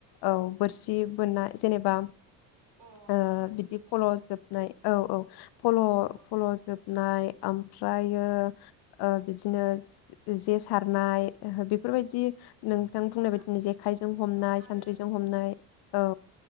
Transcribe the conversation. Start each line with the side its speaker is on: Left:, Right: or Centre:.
Left: औ बोरसि बोननाय जेनेबा
Right: अ
Left: ओ
Right: बोरसि
Left: बिदि
Right: बोननाया
Left: फल' जोबनाय औ औ। फल'
Right: औ
Left: फल' जोब नाय आमफ्रायो ओ बिदिनो जे सारनाय बेफोरबायदि नोंथां बुंनाय बादिनो
Right: आ
Left: जे आखाइजों हमनाय
Right: औ आरो
Left: सानद्रिजों हमनाय औ